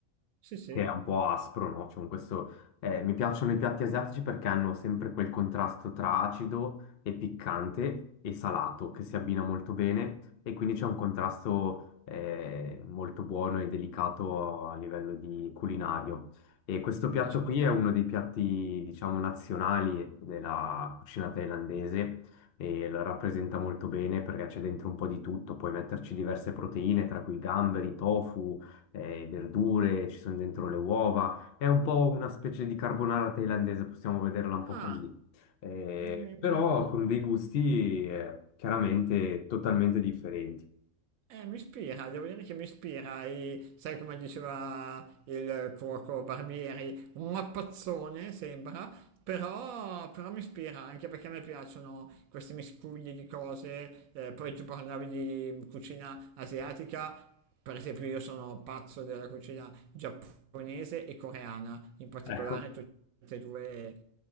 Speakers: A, on the right; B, on the left.
A: sì, sì.
B: che è un po' aspro, no? Cioè, con questo, eh, mi piacciono i piatti asiatici perché hanno sempre quel contrasto tra acido e piccante e salato che si abbina molto bene e quindi c'è un contrasto eh, molto buono e delicato a livello di culinario. E questo piatto
A: E certo.
B: qui è uno dei piatti, diciamo, nazionali della cucina thailandese e lo rappresenta molto bene perché c'è dentro un po' di tutto, puoi metterci diverse proteine, tra cui gamberi, tofu eh, verdure, ci sono dentro le uova, è un po' una specie di carbonara thailandese, possiamo vederla un po' così,
A: Ah,
B: Eh,
A: mi...
B: però
A: mi-
B: con dei gusti eh, chiaramente totalmente differenti.
A: Eh, mi ispira, devo dire che mi ispira, e, sai come diceva il cuoco Barbieri, un mappazzone sembra, però, però mi ispira anche perché a me piacciono questi miscugli di cose, eh, poi tu parlavi di cucina asiatica, per esempio io sono pazzo della cucina giapponese e coreana, in particolare
B: Ecco.
A: tutte e due